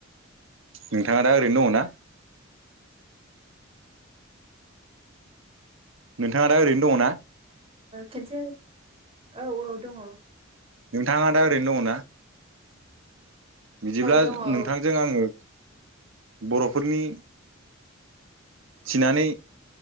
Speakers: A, on the right; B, on the right.
A: नोंथाङा दा ओरैनो दङ ना नोंथाङा दा ओरैनो दङ ना
B: खनसे औ औ दङ
A: नोंथाङा दा ओरैनो दङ ना बिदिब्ला
B: दङ औ
A: नोंथांजों आङो बर'फोरनि थिनानै